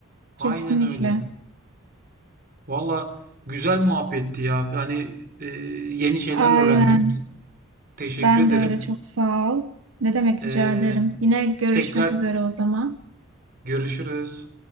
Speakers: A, on the right; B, on the right.
A: Aynen
B: Kesinlikle.
A: öyle. Valla güzel muhabbetti ya. Yani e, yeni şeyler
B: Aynen.
A: öğrendim. Teşekkür
B: Ben
A: ederim.
B: de öyle çok sağ ol. Ne demek
A: E,
B: rica ederim. Yine görüşmek
A: tekrar
B: üzere o zaman.
A: görüşürüz.